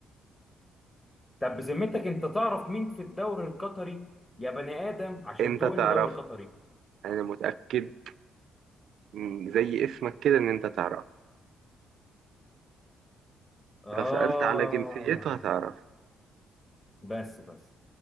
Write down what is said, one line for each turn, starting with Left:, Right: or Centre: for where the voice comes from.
Left: طب بذمتك انت تعرف مين في الدوري القطري يا بني ادم عشان
Right: انت
Left: تقول
Right: تعرفها
Left: لي دوري قطري
Right: انا متأكد م، زي اسمك كده ان انت تعرفها
Left: اه
Right: لو سألت على جنسيته هتعرف
Left: بس بس